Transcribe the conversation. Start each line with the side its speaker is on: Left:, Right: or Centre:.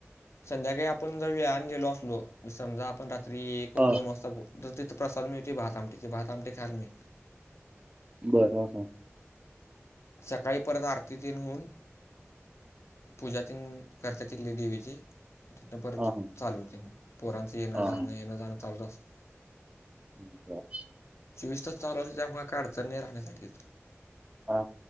Left: संध्याकाळी आपण जर व्या ने गेलो असलो समजा आपण रात्री एक
Right: हां,
Left: दोन वाजता <unintelligible> तिथ प्रसाद मिळतोय भात आमटी ती भात आमट खायल मी
Right: बरं
Left: सकाळी परत आरतीतन होऊन पूजाती करतातील देवीचे तिथनं परच
Right: हां.
Left: चालू होते मग पोरांचं येणं
Right: हां,
Left: जाणं येणं जाणं चालत असतं
Right: ् ब
Left: चोवीस तास चालू असते त्यामु का अडचण नाही राहण्यासाठी
Right: ह